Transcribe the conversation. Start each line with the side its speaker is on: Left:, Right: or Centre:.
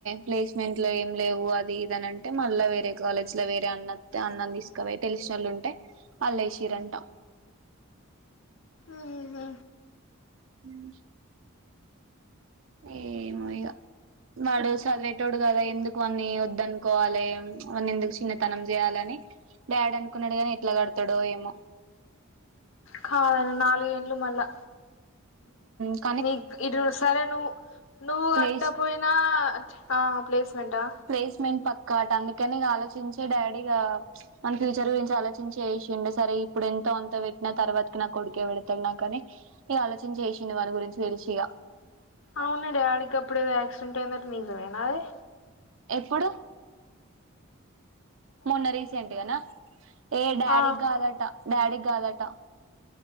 Right: ప్లేస్మెంట్లు ఏం లేవు అ ది ఇదనంటే మళ్ళా వేరే కాలేజ్ల వేరే అన్న అత్తే అన్నను తీసుకపోయి తెలిశినోళ్ళు ఉంటే అల్లేశింరంటా.
Left: ఉహు
Right: హ్ ఏమో ఇగ. వాడు చదివేటోడు కదా ఎందుకు వాన్ని వద్దనుకోవాలే, వాన్ని ఎందుకు చిన్నతనం చేయాలని డాడీ అనుకున్నడు గాని ఎట్ల కడతడో ఏమో.
Left: కాదానే నాలుగేండ్లు మళ్ళా.
Right: హ్
Left: నీకు ఇటు సరే నువ్వు నువ్వు
Right: ప్లేస్
Left: కట్టపోయినా, ఆ ప్లేస్మెంటా
Right: ప్లేస్మెంట్ పక్కా అటా అందుకనే ఇగ ఆలోచించే డాడీ ఇగా వాని ఫ్యూచర్ గురించి ఆలోచించే ఎశిండు సరే ఇప్పుడు ఎంతో అంతా పెట్టినా తర్వాతకి నాకొడికే పెడతడు నాకని ఈ ఆలోచన చేసిం <unintelligible> అ గురించి తెలిసి ఇగ
Left: అవునా డాడీకి అప్పుడే ఏద యాక్సిడెంట్ అయిందే నిజమేనా అదే
Right: ఎప్పుడు మొన్న రీసెంట్గాన ఏ డాడీకి
Left: ఆ
Right: కాదాట డాడీకి కాదాట